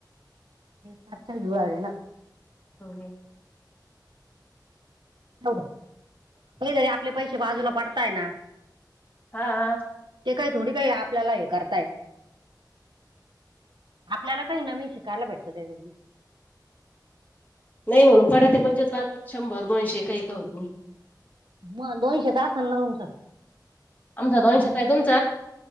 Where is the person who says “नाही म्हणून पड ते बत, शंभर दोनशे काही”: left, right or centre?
Left